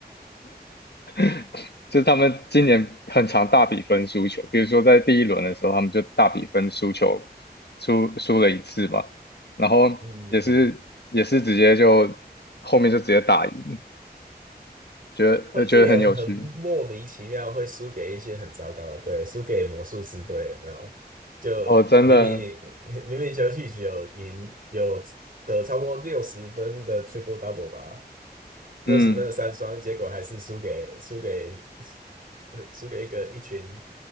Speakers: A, on the left; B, on the right.
A: <laughs> 就是他们今年很常大比分输球，比如说在第一轮的时候，他们就大比分输球，输输了一次嘛，然后也是也是直接就后面就直接打赢，
B: 嗯嗯，
A: 觉得呃觉得很有趣
B: 他们今年很莫名其妙会输给一些很糟糕的队，输给魔术师队有没有？就明明
A: 哦，真的，
B: <laughs> 明明休息只有赢有得超过六十分的 triple double 吧，六十分的三双，
A: 嗯。
B: 结果还是输给输给输给一个一群